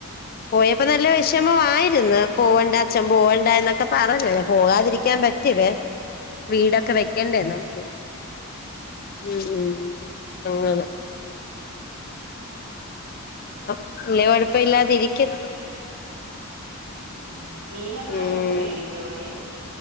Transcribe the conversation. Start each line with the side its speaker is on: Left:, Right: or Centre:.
Left: പോയപ്പോ നല്ല വിഷമ ആരുന്നു പോവണ്ട അച്ഛൻ പോവണ്ട എന്നൊക്കെ പറഞ്ഞല്ല പോകാതിരിക്കാൻ പറ്റ പറ്റവേ വീടൊക്കെ വെക്കണ്ടേ നമുക്ക്
Right: ഉം
Left: ഉം ഉം അങ്ങനെതാ അ വല്യ കുഴപ്പ ഇില്ലാതെ ഇരിക്കുന്നു
Right: ഉം മീനപ്പൊ
Left: ഉം
Right: വിലക്ക് മേടിക്കുവോടി